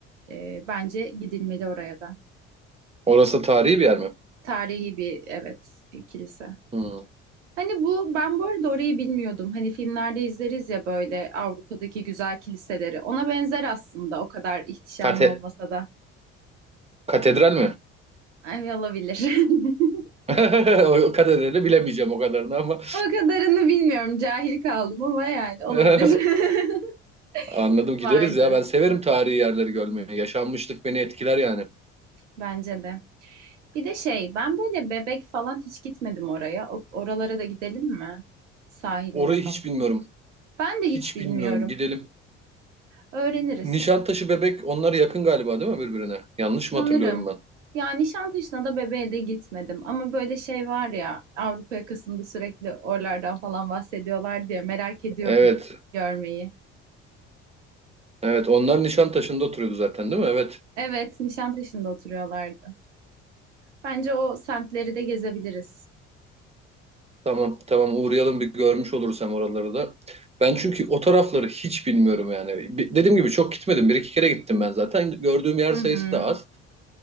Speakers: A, on the right; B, on the right.
A: E, bence gidilmeli oraya da.
B: Orası tarihi bir yer mi?
A: Tarihi bir evet e, kilise.
B: Hmm.
A: Hani bu ben bu arada orayı bilmiyordum. Hani filmlerde izleriz ya böyle Avrupa'daki güzel kiliseleri. Ona benzer aslında o kadar ihtişamlı
B: Kate-
A: olmasa da.
B: katedral mi?
A: Hani olabilir. <laughs>
B: <laughs> O katedrali bilemeyeceğim o kadarını ama.
A: O kadarını bilmiyorum. Cahil kaldım ama yani olabilir.
B: <laughs>
A: <laughs>
B: Anladım
A: Vardı
B: gideriz ya. Ben severim tarihi yerleri görmeyi. Yaşanmışlık beni etkiler yani.
A: bence de. Bir de şey ben böyle Bebek falan hiç gitmedim oraya. O- Oralara da gidelim mi? Sahiline
B: Orayı
A: falan.
B: hiç bilmiyorum.
A: Ben de
B: Hiç
A: hiç bilmiyorum.
B: bilmiyorum. Gidelim.
A: Öğreniriz.
B: Nişantaşı Bebek onlar yakın galiba değil mi birbirine? Yanlış
A: Sanırım.
B: mı hatırlıyorum ben?
A: Yani Nişantaşı'na da bebeğe de gitmedim. Ama böyle şey var ya Avrupa yakasında sürekli oralardan falan bahsediyorlar diye merak ediyorum
B: Evet.
A: görmeyi.
B: Evet onlar Nişantaşı'nda oturuyordu zaten değil mi? Evet.
A: Evet, Nişantaşı'nda oturuyorlardı. Bence o semtleri de gezebiliriz.
B: Tamam tamam uğrayalım bir görmüş oluruz hem oraları da. Ben çünkü o tarafları hiç bilmiyorum yani. Bi- Dediğim gibi çok gitmedim. Bir iki kere gittim ben zaten. Gördüğüm yer
A: Hı
B: sayısı
A: hı.
B: da az.